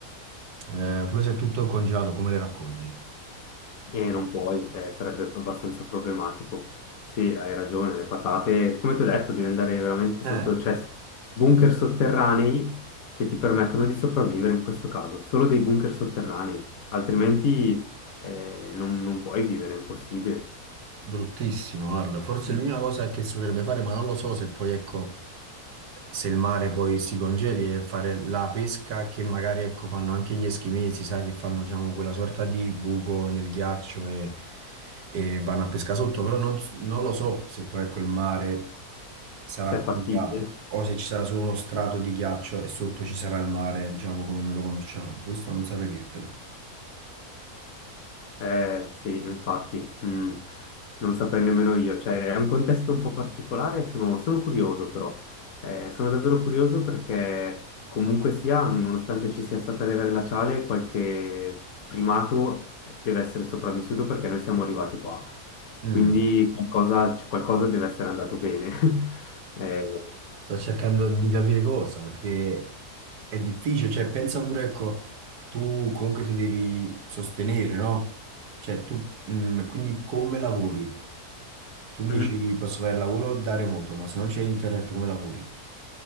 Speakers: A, on the right (about 80°); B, on the left (about 65°).
A: eh, pure se è tutto congelato, come le raccogli?
B: E non puoi, eh, sarebbe abbastanza problematico. Sì, hai ragione, le patate, come ti ho detto, devi andare veramente
A: Eh,
B: sotto, cioè bunker sotterranei che ti permettono di sopravvivere in questo caso, solo dei bunker sotterranei, altrimenti eh, non, non puoi vivere, è impossibile.
A: Bruttissimo, guarda, forse
B: Se
A: l'unica cosa che si potrebbe fare, ma non lo so se poi, ecco, se il mare poi si congeli è fare la pesca che magari, ecco, fanno anche gli eschimesi, sai, che fanno, diciamo, quella sorta di buco nel ghiaccio e, e vanno a pesca sotto, però non, s- non lo so se poi, ecco, il mare sarà
B: è fattibile.
A: congelato o se ci sarà solo uno strato di ghiaccio e sotto ci sarà il mare, diciamo, come noi lo conosciamo. Questo non saprei dirtelo.
B: Eh sì, infatti, mm, non saprei nemmeno io, cioè è un contesto un po' particolare, sono, sono curioso però, Eh, sono davvero curioso perché comunque sia, nonostante ci sia stata l'era glaciale, qualche primato deve essere sopravvissuto perché noi siamo arrivati qua,
A: Mm.
B: quindi qualcosa, cioè, qualcosa deve essere andato bene. <laughs> Eh,
A: Sto cercando di capire cosa, perché è difficile, cioè pensa pure, ecco, tu comunque ti devi sostenere, no? Cioè tu, mm, quindi come lavori? Tu mi
B: mm.
A: dici posso fare il lavoro da remoto, ma se non c'è internet come lavori?